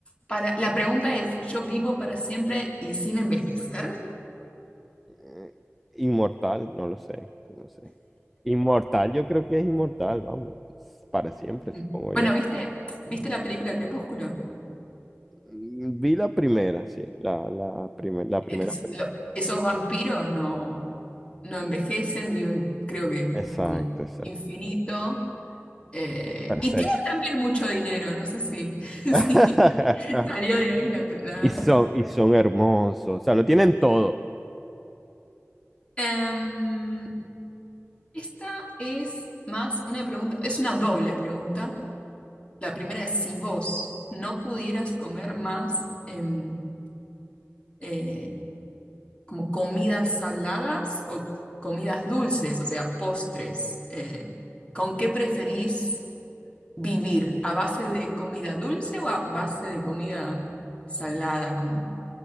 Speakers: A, on the left; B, in the centre.
A: para, la pregunta es, ¿yo vivo para siempre y sin envejecer?
B: eh, inmortal, no lo sé, no sé. Inmortal, yo creo que es inmortal, vamos, para siempre,
A: Mm.
B: supongo
A: Bueno,
B: yo.
A: ¿viste? ¿Viste la película Crepúsculo?
B: Mm, Vi la primera, sí, la, la, primer- la
A: Entonces,
B: primera película.
A: lo- esos vampiros no, no envejecen, viven, creo que,
B: Exacto,
A: como
B: exacto.
A: infinito. eh,
B: Para
A: y
B: serie.
A: tienen también mucho dinero, no sé si, <laughs>
B: <laughs>
A: si salió de ahí la, la-
B: Y son, y son hermosos, o sea, lo tienen todo.
A: Em, esta es más una pregunta, es una doble pregunta. La primera es si vos no pudieras comer más, em, eh, como comidas saladas o comidas dulces, o sea, postres. Eh, ¿con qué preferís vivir? ¿A base de comida dulce o a base de comida salada, como